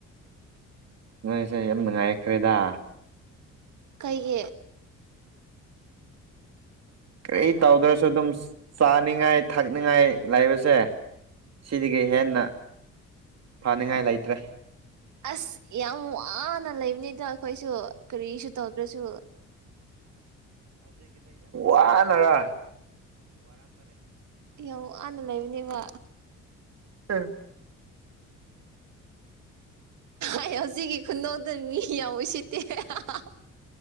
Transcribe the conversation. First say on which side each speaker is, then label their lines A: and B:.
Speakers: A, on the right; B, on the right.
A: ꯅꯣꯏꯁꯦ ꯌꯥꯝ ꯅꯨꯡꯉꯥꯏꯈ꯭ꯔꯦꯗ
B: ꯀꯩꯒꯤ
A: ꯀꯔꯤ ꯇꯧꯗ꯭ꯔꯁꯨ ꯑꯗꯨꯝ ꯆꯥꯅꯤꯡꯉꯥꯏ ꯊꯛꯅꯤꯡꯉꯥꯏ ꯂꯩꯕꯁꯦ ꯁꯤꯗꯒꯤ ꯍꯦꯟꯅ ꯐꯅꯤꯡꯉꯥꯏ ꯂꯩꯇ꯭ꯔꯦ
B: ꯑꯁ ꯌꯥꯝ ꯋꯥꯅ ꯂꯩꯕꯅꯤꯗ ꯑꯩꯈꯣꯏꯁꯨ ꯀꯔꯤꯁꯨ ꯇꯧꯗ꯭ꯔꯁꯨ
A: ꯄꯥꯅꯔꯥ
B: ꯍꯍ ꯌꯥꯝ ꯋꯥꯅ ꯂꯩꯕꯅꯦꯕ
A: ꯑꯝ
B: ꯑꯩ ꯍꯧꯖꯤꯛꯀꯤ ꯈꯨꯅꫭꯛꯇꯨ ꯃꯤ ꯌꯥꯝ ꯎꯠꯁꯤꯠꯇꯦ ꯍꯦ ꯍꯥ ꯍꯥ ꯍꯥ